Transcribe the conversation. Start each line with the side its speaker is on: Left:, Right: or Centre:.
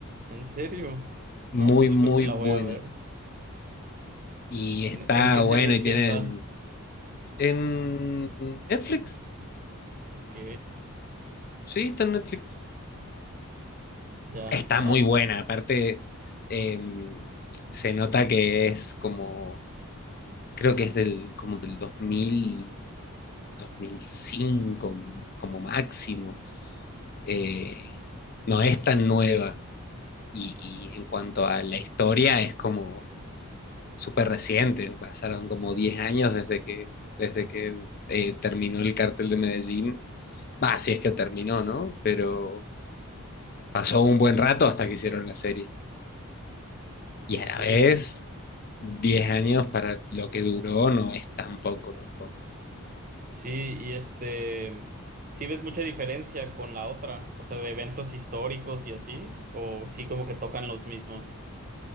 Right: ¿En serio?
Left: muy,
Right: No, pues yo
Left: muy
Right: creo que la
Left: buena.
Right: voy a ver.
Left: Y está
Right: ¿En qué
Left: bueno
Right: servicio
Left: y tienen...
Right: está?
Left: En Netflix,
Right: Ok,
Left: sí, está en Netflix.
Right: ya.
Left: Está
Right: No,
Left: muy buena,
Right: pues, eh,
Left: aparte eh, se nota que es como, creo que es del, como del dos dos mil dos mil cinco como máximo. Eh, no es tan nueva y, y en cuanto a la historia es como súper reciente, pasaron como 10 años desde que, desde que eh, terminó el cartel de Medellín. Va, si es que terminó, ¿no? Pero pasó un buen rato hasta que hicieron la serie. Y
Right: ok.
Left: a la vez 10 años para lo que duró no es tan poco tampoco.
Right: Sí, y este, ¿sí ves mucha diferencia con la otra? O sea, de eventos históricos y así, o sí como que tocan los mismos.